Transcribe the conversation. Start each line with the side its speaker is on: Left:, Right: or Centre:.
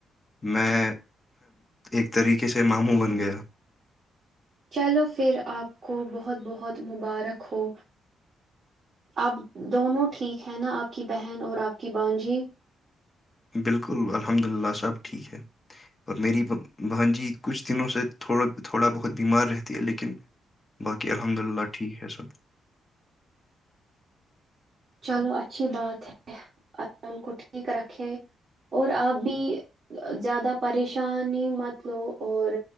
Left: میں ایک طریقے سے ماموں بن گیا
Right: چلو پھر آپ کو بہت بہت مبارک ہو آپ دونوں ٹھیک ہیں نا آپ کی بہن اور آپ کی بانجی
Left: بالکل الحمد للہ سب ٹھیک ہے اور میری بہن جی کچھ دنوں سے تھوڑا تھوڑا بہت بیمار رہتی ہے لیکن باقی الحمد للہ ٹھیک ہے سب
Right: چلو اچھی بات ہے اللہ ان کو ٹھیک رکھے اور آپ بھی زیادہ پریشانی مت لو اور